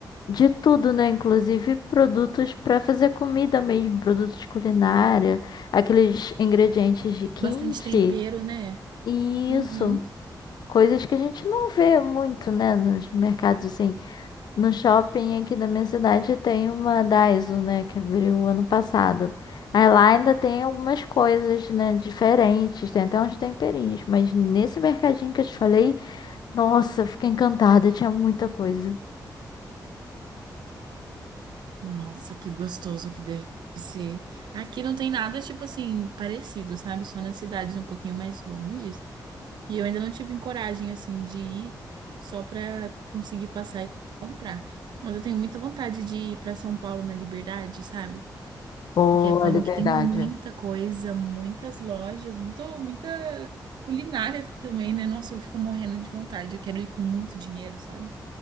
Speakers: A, on the left; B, on the right.
A: de tudo, né? Inclusive produtos pra fazer comida mesmo, produtos culinária, aqueles ingredientes de kimchi.
B: Bastante tempero, né?
A: Isso,
B: Uhum.
A: coisas que a gente não vê muito, né, nos mercados assim. No shopping aqui da minha cidade tem uma Daiso, né, que abriu ano passado. Aí lá ainda tem algumas coisas, né, diferentes, tem até uns temperinhos, mas nesse mercadinho que eu te falei, nossa, eu fiquei encantada, tinha muita coisa.
B: Nossa, que gostoso que deve ser. Aqui não tem nada, tipo assim, parecido, sabe? Só nas cidades um pouquinho mais longes. E eu ainda não tive coragem, assim, de ir só pra conseguir passar e comprar. Mas eu tenho muita vontade de ir pra São Paulo na Liberdade, sabe?
A: Boa,
B: Porque falam
A: liberdade.
B: que tem muita coisa, muitas lojas, muito, muita culinária também, né? Nossa, eu fico morrendo de vontade. Eu quero ir com muito dinheiro, sabe?